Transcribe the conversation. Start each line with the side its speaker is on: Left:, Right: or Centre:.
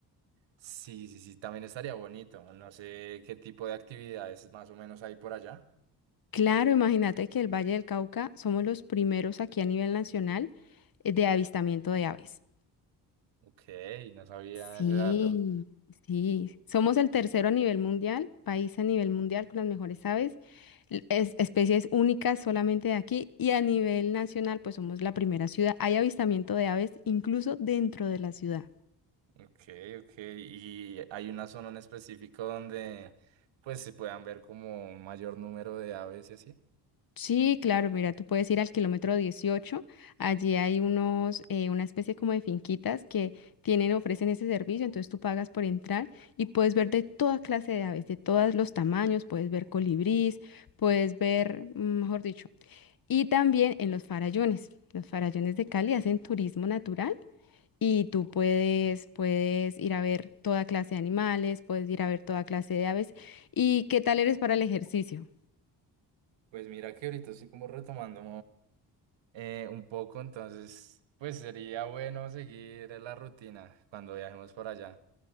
Right: Sí, sí, sí, también estaría bonito. No sé qué tipo de actividades más o menos hay por allá.
Left: Claro, imagínate que el Valle del Cauca somos los primeros aquí a nivel nacional eh, de avistamiento de aves.
Right: Ok, no sabía
Left: Sí,
Right: ese dato.
Left: sí. Somos el tercero a nivel mundial, país a nivel mundial con las mejores aves, l- es- especies únicas solamente de aquí y a nivel nacional pues somos la primera ciudad. Hay avistamiento de aves incluso dentro de la ciudad.
Right: Ok, ok. ¿Y hay una zona en específico donde pues se puedan ver como un mayor número de aves y así?
Left: Sí, claro, mira, tú puedes ir al kilómetro 18. allí hay unos, eh, una especie como de finquitas que tienen, ofrecen ese servicio, entonces tú pagas por entrar y puedes ver de toda clase de aves, de todos los tamaños, puedes ver colibrís, puedes ver, mm, mejor dicho, y también en los farallones, los farallones de Cali hacen turismo natural y tú puedes, puedes ir a ver toda clase de animales, puedes ir a ver toda clase de aves. ¿Y qué tal eres para el ejercicio?
Right: Pues mira que ahorita estoy como retomando. eh, un poco, entonces, pues sería bueno seguir la rutina cuando viajemos por allá.